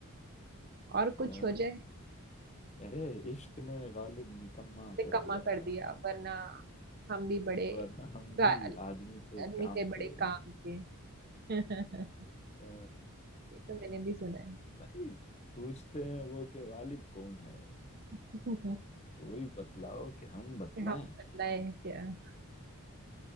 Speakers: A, on the right; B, on the left.
A: और
B: अ,
A: कुछ हो जाए
B: अरे इश्क ने गालिब निकम्मा
A: निकम्मा
B: कर दिया
A: कर दिया वरना हम भी बड़े
B: वरना हम
A: गा-
B: भी आदमी थे
A: आदमी
B: काम
A: थे बड़े
B: के
A: काम के <laughs> ये
B: अ,
A: तो मैंने भी सुना है
B: भाई पूछते हैं वो कि गालिब कौन है
A: <laughs>
B: कोई बतलाओ कि हम बतलाएं
A: कि हम बदलाए
B: क्या
A: हैं क्या <laughs>